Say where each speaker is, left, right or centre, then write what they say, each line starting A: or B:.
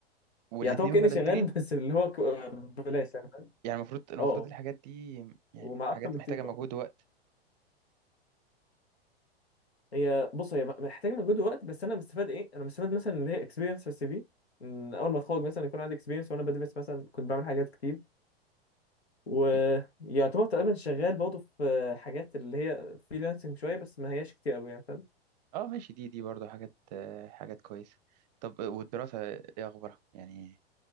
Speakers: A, on the right (about 40°); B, on the left (about 80°).
A: والاتنين
B: يعني هو كاني
A: فالنترين
B: شغال <laughs> بس اللي هو ك- بلاش يعني فاهم؟
A: يعني المفروض المفروض
B: اه آه.
A: الحاجات دي يعني
B: ومع
A: حاجات
B: اكتر من
A: محتاجة
B: تيم برضه
A: مجهود ووقت
B: هي بص هي محتاجه مجهود ووقت بس انا مستفاد ايه انا مستفاد مثلا اللي هي اكسبيرينس في السي في إن اول ما اتخرج مثلا يكون عندي اكسبيرينس وانا بدرس مثلا كنت بعمل حاجات كتير ويعتبر
A: م-
B: تقريبا شغال برضه في حاجات اللي هي فريلانسنج شويه بس ما هياش كتير قوي يعني فاهم
A: اه ماشي دي دي برضه حاجات آه، حاجات كويسة طب آه، والدراسة ايه اخبارها يعني